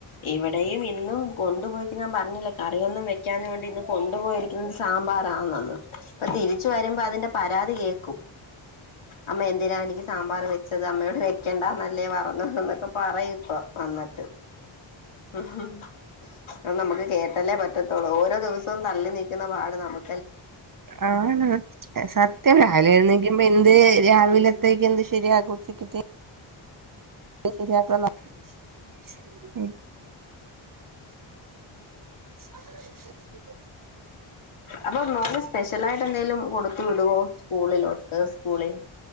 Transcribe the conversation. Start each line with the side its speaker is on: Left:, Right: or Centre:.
Left: ഇവിടെയും ഇന്നും കൊണ്ടുപോയിട്ട് ഞാൻ പറഞ്ഞില്ലേ കറിയൊന്നും വെക്കാഞ്ഞൊണ്ട് ഇന്ന് കൊണ്ടുപോയിരിക്ക സാമ്പാറാന്ന് അപ്പൊ തിരിച്ച വരുമ്പോ അതിന്റെ പരാതി കേൾക്കും അമ്മ എന്തിനാ എനിക്ക് സാമ്പാർ വ ച്ചത് അമ്മയോട് വെക്കണ്ടന്നല്ലേ പറഞ്ഞു എന്നൊക്കെ പറയും. ഇപ്പ വന്നിട്ട് ഉം അ നമുക്ക് കേട്ടല്ലേ പറ്റത്തുള്ളൂ ഓരോ ദിവസവും തള്ളി നീക്കുന്ന പാട് നമു
Right: ആഹ് സത്യള്ള ഹാലേന്ന് ഇപ്എന്ത് രാവിലത്തേക്ക് എന്ത് ശരിയാക്കോച്ചിട്ട <unintelligible> ഉം <inaudible>
Left: അപ്പൊ മോൻ സ്പെഷ്യല ആയിട്ട് എന്തെലും കൊടുത്തു വിടുവോ സ്കൂളിലോട്ട് ആ സ്കൂളിൽ